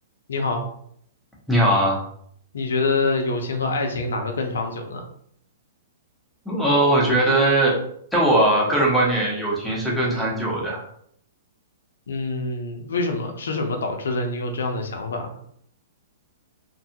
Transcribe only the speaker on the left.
你好，
你觉得友情和爱情哪个更长久呢？
嗯，为什么？是什么导致了你有这样的想法呢？